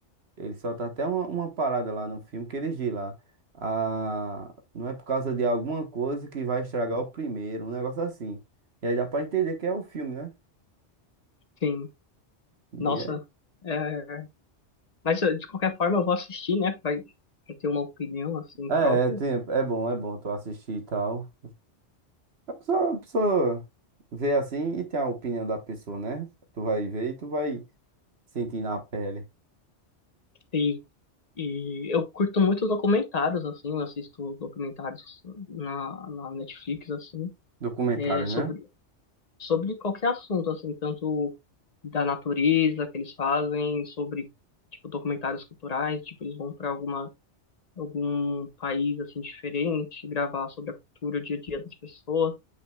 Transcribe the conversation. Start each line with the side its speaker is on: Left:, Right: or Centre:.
Right: Eles soltam até uma, uma parada lá no filme que eles dizem lá. Ah, não é por causa de alguma coisa que vai estragar o primeiro, um negócio assim. E aí dá pra entender que é o filme, né?
Left: Sim,
Right: E
Left: nossa.
Right: É,
Left: é, mas eu, de qualquer forma eu vou assistir, né? Pra, pra ter uma opinião assim
Right: é,
Left: própria.
Right: é, tem- é bom, é bom tu assistir e tal. A pessoa, a pessoa vê assim e tem a opinião da pessoa, né? Tu vai ver e tu vai sentir na pele.
Left: E, e eu curto muito documentários, assim, eu assisto documentários na, na Netflix, assim,
Right: Documentário,
Left: é,
Right: né?
Left: sobre, sobre qualquer assunto, assim, tanto. da natureza que eles fazem, sobre tipo documentários culturais, tipo eles vão para alguma algum país assim diferente, gravar sobre a cultura, o dia a dia das pessoas.